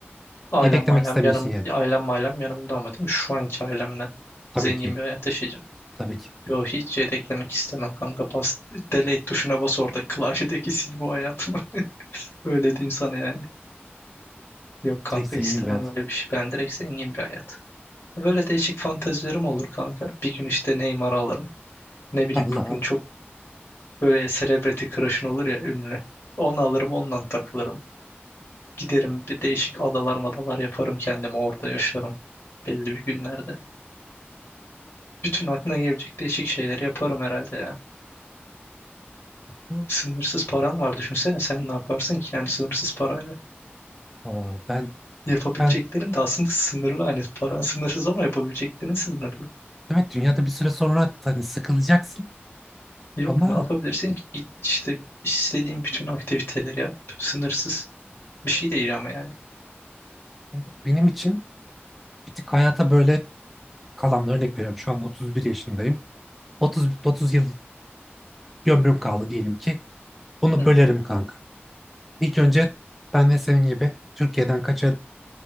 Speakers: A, on the left (about 65°); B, in the centre.
A: ailem
B: Yedeklemek
A: mailem
B: istemiyorsun
A: yanım,
B: yani.
A: ailem mailem yanımda ama değil mi? Şu anki ailemle
B: Tabii
A: zengin
B: ki.
A: bir hayat yaşayacağım.
B: Tabii ki.
A: Yo hiç yedeklemek istemem kanka. Bas, delete tuşuna bas orada <laughs> klavyedeki sil bu hayatımı. Öyle diyeyim sana yani. Yok kanka
B: Direkt zengin
A: istemem
B: bir hayat.
A: öyle bir şey. Ben direkt zengin bir hayat. Böyle değişik fantazilerim olur kanka. Bir gün işte Neymar'ı alırım. Ne bileyim
B: <laughs> Allah
A: bugün çok böyle celebrity crush'ın olur ya ünlü. Onu alırım ondan takılırım. Giderim bir değişik adalar madalar yaparım kendime orada yaşarım. Belli bir günlerde. Bütün aklına gelebilecek değişik şeyleri yaparım herhalde ya.
B: Allah.
A: Sınırsız param var düşünsene sen ne yaparsın ki yani sınırsız parayla.
B: Aa, ben
A: Yapabileceklerin
B: ben
A: de aslında sınırlı hani paran sınırsız ama yapabileceklerin sınırlı.
B: demek dünyada bir süre sonra hani sıkılacaksın
A: Yok
B: ama
A: ne yapabilirsin ki? İ- İşte istediğin bütün aktiviteleri yap. Sınırsız. Bir şey değil ama yani.
B: kanka benim için bir tık hayata böyle kalan örnek veriyorum. Şu an 31 yaşındayım. 30 30 yıl ömrüm kaldı diyelim ki. Bunu
A: Hı
B: bölerim
A: hı.
B: kanka. İlk önce ben de senin gibi Türkiye'den kaçarım.